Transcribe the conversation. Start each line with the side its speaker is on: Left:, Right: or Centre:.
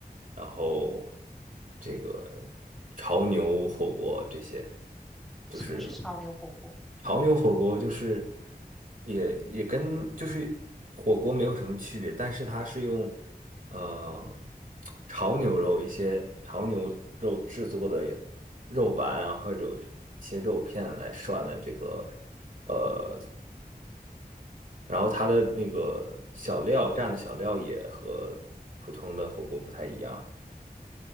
Right: 然后这个潮牛火锅这些，就是
Centre: 什么是潮牛火锅？
Right: 潮牛火锅就是也也跟就是火锅没有什么区别，但是它是用呃潮牛肉一些潮牛肉制作的肉丸啊或者切肉片来涮的这个。呃。然后它的那个小料蘸的小料也和普通的火锅不太一样。